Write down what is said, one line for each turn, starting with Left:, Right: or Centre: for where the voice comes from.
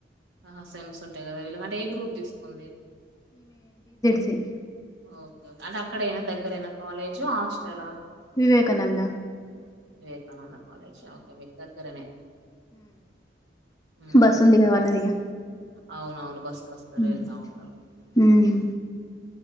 Right: ఆహా సెమ్స్ ఉంటాయి కదా వీళ్ళ అంటే ఏ గ్రూప్ తీసుకోంది
Left: సి
Right: ఓకేకే అట అక్కడైనా దగ్గరయినా కాలేజు హాస్టలా
Left: వివేకానంద
Right: వివేకానంద కాలేజ్ ఓకే మీకు దగ్గరనే హ్మ్.
Left: బస్ ఉందిగా వాళ్ళదిగా
Right: అవునవును బస్కు వస్తరు
Left: మ్మ్
Right: వెళ్తా ఉంటారు
Left: హ్మ్